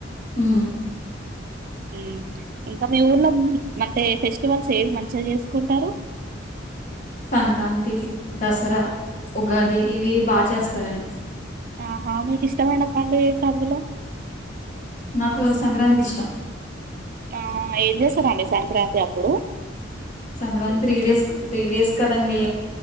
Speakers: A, on the left (about 40°); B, on the right (about 50°).
A: మ్
B: మ్ ఇంక మీ ఊర్లో అంటే ఫెస్టివల్స్ ఏవి మంచిగా చేసుకుంటారు
A: సంక్రాంతి దసరా ఉగాది ఇవి బాగా చేస్తారండి
B: ఆహా మీకు ఇష్టమైన పండుగ ఏంటి అందులో
A: నాకు సంక్రాంతి ఇష్టం
B: ఆ ఏం చేస్తారండి సంక్రాంతి అప్పుడు
A: Sankranti three days three days కదండి